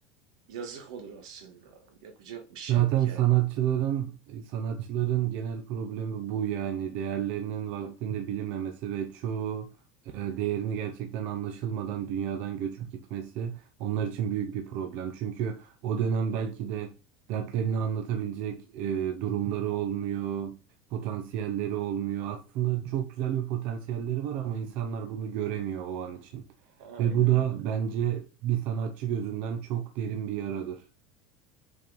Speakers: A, on the right; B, on the right.
A: yazık olur aslında. Yapacak bir şey
B: Zaten
A: yok yani.
B: sanatçıların e, sanatçıların genel problemi bu yani değerlerinin vaktinde bilinmemesi ve çoğu e, değerini gerçekten anlaşılmadan dünyadan göçüp gitmesi onlar için büyük bir problem. Çünkü o dönem belki de dertlerini anlatabilecek e, durumları olmuyor, potansiyelleri olmuyor. Aslında çok güzel bir potansiyelleri var ama insanlar bunu göremiyor o an için.
A: Aynen
B: Ve bu da
A: öyle.
B: bence bir sanatçı gözünden çok derin bir yaradır.